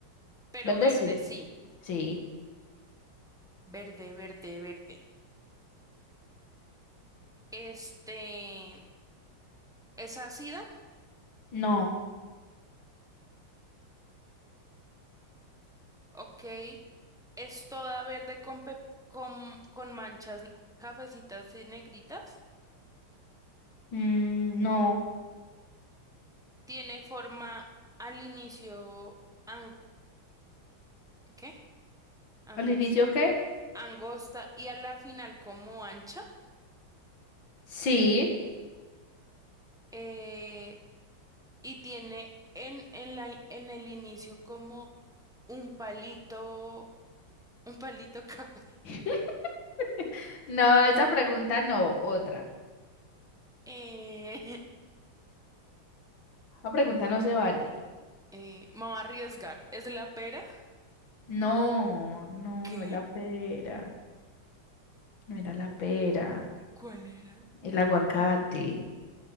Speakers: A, in the centre; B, on the left (about 65°).
A: pero
B: Verde
A: verde,
B: sí.
A: sí.
B: Sí.
A: Verde, verde, verde. Este, es ácida,
B: No.
A: ok. Es toda verde con, pe- con, con manchas cafecitas y negritas.
B: Mm, no.
A: Tiene forma al inicio, ang- ¿qué? ¿Angosta?
B: ¿Al inicio qué?
A: Angosta y a la final como ancha.
B: Sí.
A: Eh, y tiene en, en la, en el inicio como un palito, un palito café. <laughs>
B: <laughs> No, esa pregunta no, otra.
A: Eh,
B: La pregunta no se vale.
A: <laughs> eh, me voy a arriesgar. ¿Es la pera?
B: No, no,
A: ¿Qué?
B: no es la pera. No era la pera.
A: ¿Cuál era?
B: El aguacate.